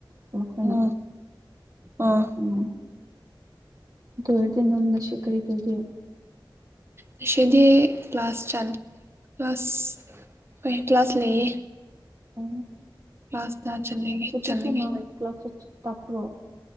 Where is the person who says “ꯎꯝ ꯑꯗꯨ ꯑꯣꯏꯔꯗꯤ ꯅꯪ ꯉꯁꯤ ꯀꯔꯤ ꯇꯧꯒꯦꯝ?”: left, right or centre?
Right